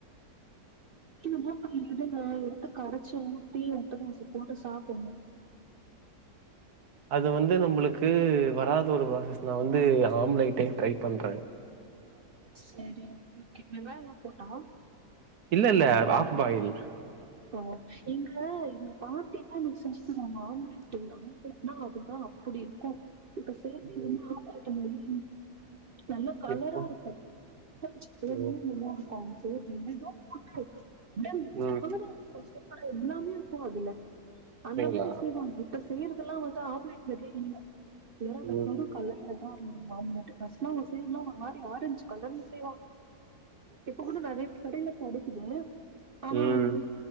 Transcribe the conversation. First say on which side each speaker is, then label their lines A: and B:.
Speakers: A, on the right; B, on the right.
A: <unintelligible> இப்ப எதுங்க எடுத்து கரைச்சோ தீ முட்ட தோச போட்டு சாப்டுனு
B: அது வந்து நம்மளுக்கு வராத ஒரு ப்ராசஸ் நா வந்து ஆம்லைட்டே ட்ரை பண்ற
A: சரி ஓகே வெங்காயலா போட்டா
B: இல்ல இல்ல ஆஃப் பாயில்
A: ஆ எங்க எங்க பாட்டிலா எனக்கு செஞ்சி தருவாங்க ஆம்லேட்டு ஆம்ப்லேட்னா அதுதா அப்புடி இருக்கு இப்ப
B: ம்.
A: <inaudible> ஆம்லட்ட மாரி நல்ல கலரா
B: எப்போ
A: இருக்கு முட்ட வச்சி <inaudible>
B: ம்
A: நூல் நூலா இருக்கு <inaudible> எதேதோ போட்டு அப்படியே <inaudible>
B: ம்
A: மாதிரியே இருக்கு சூப்பரா எல்லாமே இருக்கு அதுல
B: அப்டிங்களா
A: அந்த மாரி செய்வாங்க இப்ப செய்யறதுலா வந்து ஆம்லெட் மாரியே இல்ல <unintelligible> அந்த
B: ம்
A: கரு கலர்லதா ஆம்னேட் ஃபஸ்ட்லா ஒரு செய்லா ஒரு மாரி ஆரஞ்ச் கலர்ல செய்வாங்க இப்ப கூட நெறைய கடையில கெடைக்குது ஆனா
B: ம்
A: வந்து